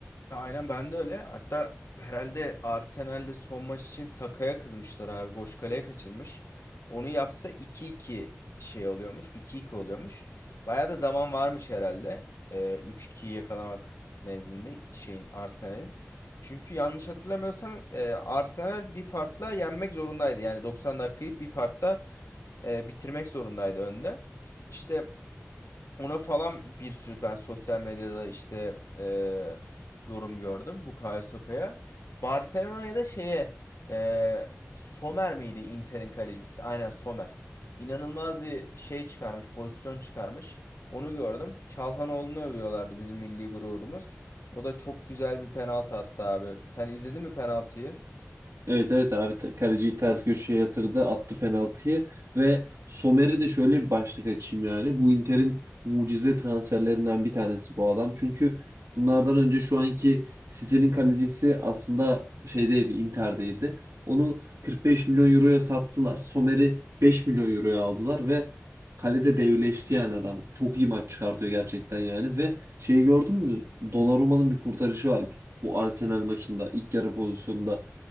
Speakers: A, on the left; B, on the right.
A: Ya Aynen ben de öyle. Hatta herhalde Arsenal'de son maç için Saka'ya kızmışlar abi. Boş kaleye kaçırmış. Onu yapsa iki iki şey oluyormuş. iki iki oluyormuş. Bayağı da zaman varmış herhalde. Ee, 3-2'yi yakalamak nezdinde şeyin Arsenal'in. Çünkü yanlış hatırlamıyorsam e, Arsenal bir farkla yenmek zorundaydı. Yani 90 dakikayı bir farkla e, bitirmek zorundaydı önde. İşte ona falan bir sürü ben sosyal medyada işte e, yorum gördüm bu Bukayo Saka'ya. Barcelona'ya da şeye e, Sommer miydi Inter'in kalecisi? Aynen Sommer. İnanılmaz bir şey çıkarmış, pozisyon çıkarmış. Onu gördüm. Çalhanoğlu'nu övüyorlardı bizim milli gururumuz. O da çok güzel bir penaltı attı abi. Sen izledin mi penaltıyı?
B: Evet evet abi te- kaleciyi ters köşeye yatırdı attı penaltıyı ve Somer'i de şöyle bir başlık açayım yani bu Inter'in mucize transferlerinden bir tanesi bu adam çünkü bunlardan önce şu anki City'nin kalecisi aslında şeydeydi Inter'deydi onu 45 milyon euroya sattılar Somer'i 5 milyon euroya aldılar ve kalede devleşti yani adam çok iyi maç çıkartıyor gerçekten yani ve şeyi gördün mü Donnarumma'nın bir kurtarışı var bu Arsenal maçında ilk yarı pozisyonunda